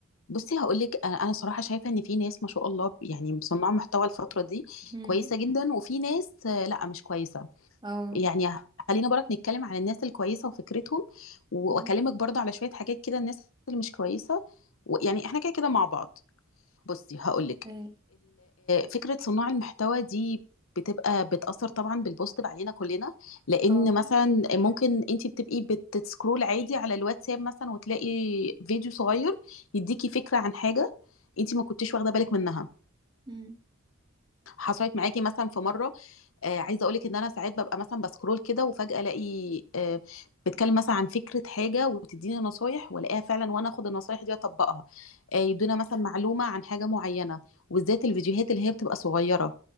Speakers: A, on the left; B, on the right.
A: بصي هقول لك انا أنا صراحه شايفه ان في ناس ما شاء الله يعني صناع محتوى الفتره دي
B: امم
A: كويسه جدا وفي ناس آه، لا مش كويسه
B: اه
A: يعني خلينا برك نتكلم على الناس الكويسه وفكرتهم و-
B: امم
A: واكلمك برضه على شويه حاجات كده الناس اللي مش كويسه ويعني احنا كده كده مع بعض بصي هقول لك
B: ايه
A: فكره صناع المحتوى دي بتبقى بتأثر طبعا بالبوستيف علينا كلنا لأن
B: اه
A: مثلا ممكن انت بتبقي بتسكرول عادي على الواتساب مثلا وتلاقي فيديو صغير يديكي فكرة عن حاجة انت ما كنتيش واخدة بالك منها
B: امم
A: حصلت معاكي مثلا في مرة آه، عايزه اقولك ان انا ساعات ببقى مثلا بسكرول كده وفجاه الاقي آه، بتكلم مثلا عن فكره حاجه وبتديني نصايح والاقيها فعلا وانا اخد النصايح دي واطبقها آه، يدونا مثلا معلومه عن حاجه معينه وبالذات الفيديوهات اللي هي بتبقى صغيره